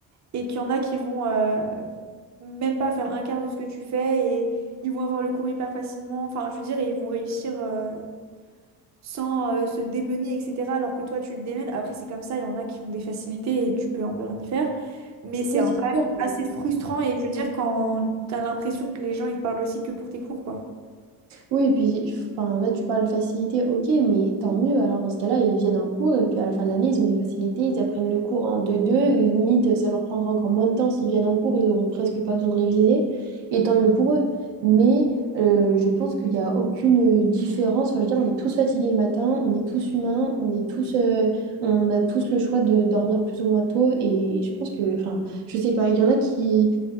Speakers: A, on the right; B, on the right.
A: et qu'il y en a qui vont euh, même pas faire un quart de ce que tu fais et ils vont avoir le cours hyper facilement, enfin, je veux dire, et ils vont réussir. euh, sans euh, se démener, etc. Alors que toi, tu le démènes. Après, c'est comme ça, il y en a qui ont des facilités et tu peux un peu rien y faire. Mais c'est
B: Oui,
A: un-
B: c'est
A: quand
B: sûr.
A: même
B: mais-
A: assez frustrant et je veux dire, quand t'as l'impression que les gens, ils te parlent aussi que pour tes cours, quoi.
B: Oui, et puis enfin, là, tu parles de facilité, ok, mais tant mieux. Alors, dans ce cas-là, ils viennent en cours et puis à la fin de l'année, ils ont des facilités, ils apprennent le cours en deux deux et Limite, ça leur prendra encore moins de temps s'ils viennent en cours, ils n'auront presque pas besoin de réviser. Et tant mieux pour eux. Mais euh, je pense qu'il n'y a aucune différence. Enfin, je veux dire, on est tous fatigués le matin, on est tous humains, on est tous, euh, on a tous le choix de dormir plus ou moins tôt. Et je pense que, enfin, je sais pas, il y en a qui.